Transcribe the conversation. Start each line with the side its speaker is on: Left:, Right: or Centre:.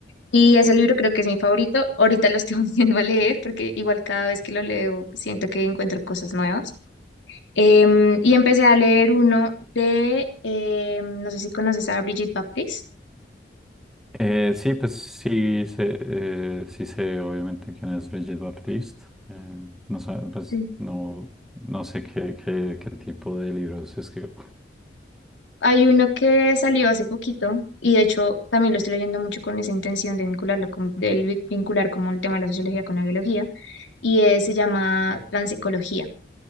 Left: Y ese libro creo que es mi favorito. Ahorita lo estoy <laughs> volviendo a leer porque igual cada vez que lo leo siento que encuentro cosas nuevas. Em, y empecé a leer uno de, em, no sé si conoces a Brigitte Baptiste.
Centre: Eh, sí, pues sí sé, eh, sí sé obviamente quién es Brigitte Baptiste. Eh, no sé, pues
Left: Sí.
Centre: no, no sé qué, qué, qué tipo de libros escribió.
Left: Hay uno que salió hace poquito y de hecho también lo estoy leyendo mucho con esa intención de vincularlo con, del vincular como el tema de la sociología con la biología y eh, se llama Transecología.